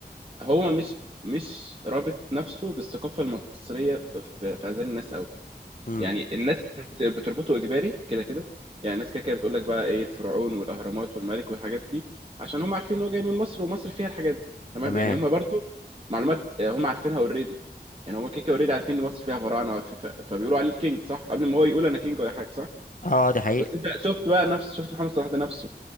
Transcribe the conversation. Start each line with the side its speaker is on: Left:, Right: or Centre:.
Right: هو مش مش رابط نفسه بالثقافه المصريه في في اذهان الناس قوي
Left: امم
Right: يعني الناس بت- بتربطه اجباري كده كده يعني الناس كده كده بتقول لك بقى ايه الفرعون والاهرامات والملك والحاجات دي عشان هم عارفين ان هو جاي من مصر ومصر فيها الحاجات دي تمام
Left: تمام
Right: يعني هم برضو معلومات آه، هم عارفينها اوريدي يعني هم كده كده اوريدي عارفين ان مصر فيها فراعنه وعارفين ف... فبيقولوا عليه الكينج صح قبل ما هو يقول انا كينج ولا حاجه صح
Left: اه دي حقيقة
Right: بس انت شفت بقى نفس شفت محمد صلاح ده نفسه